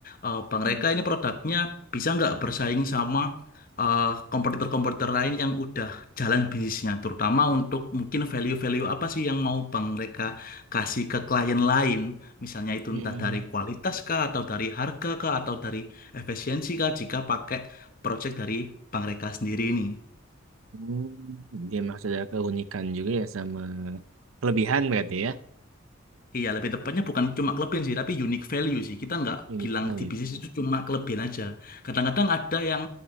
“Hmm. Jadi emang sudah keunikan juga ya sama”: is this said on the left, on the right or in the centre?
Right